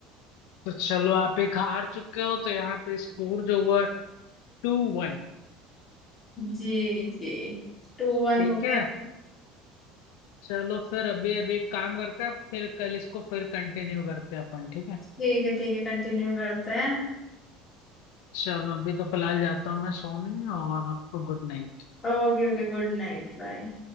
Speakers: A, on the left; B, on the left.
A: तो चलो आप एक हार चुके हो तो यहाँ पे स्कोर जो हुआ टू वन
B: जी जी टू वन
A: ठीक
B: हो गया
A: है चलो फिर अभी अभी एक काम करते हैं फिर कल इसको फिर कंटिन्यू करते हैं अपन ठीक है
B: ठीक है ठीक है कंटिन्यू करते हैं
A: चलो अभी तो फिलहाल जाता हूँ मैं सोने और आपको गुड नाइट
B: Okay okay good night bye